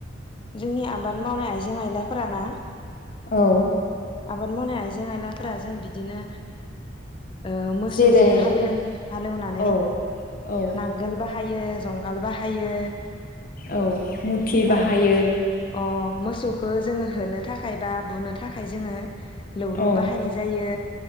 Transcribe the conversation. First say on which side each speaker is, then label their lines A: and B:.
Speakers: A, on the left (about 25°); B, on the left (about 45°).
A: जोंनि आबाद मावनाय आइ जें आयलाफोरा ना
B: औ
A: आबाद मावनाय आइजें आइलाफोरा जों बिदिनो ओ मोसौजों
B: जेरै
A: हाल हालेवनानै
B: औ औ
A: नांगोल बाहायो <unintelligible> बाहायो
B: औ मथि
A: ओमफाय
B: बाहायो
A: अ मोसौखौ जोङो होनो थाखाय बा बुनो थाखाय जोङो लौरु
B: औ
A: बाहायनाय जायो